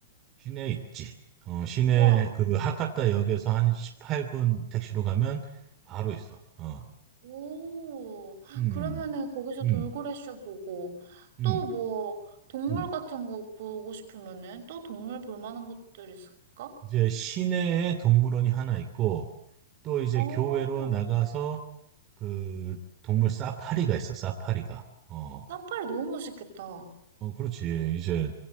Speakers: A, on the right; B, on the right.
A: 시내에 있지. 어, 시내
B: 와.
A: 그 하카타 역에서 한 18분 택시로 가면 바로 있어. 어.
B: 오,
A: 음,
B: 그러면은 거기서
A: 음,
B: 돌고래 쇼 보고,
A: 음,
B: 또 뭐, 동물
A: 음.
B: 같은 거 보고 싶으면은 또 동물 볼 만한 곳들 있을까?
A: 이제 시내에 동물원이 하나 있고 또 이제
B: 어,
A: 교외로 나가서 그 동물 사파리가 있어. 사파리가. 어,
B: 사파리 너무 멋있겠다.
A: 어, 그렇지. 이제